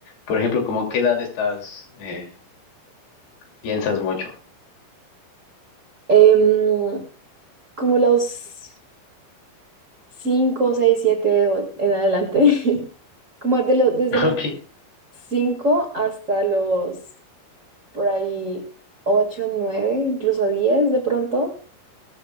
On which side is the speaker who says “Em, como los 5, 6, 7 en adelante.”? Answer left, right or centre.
Right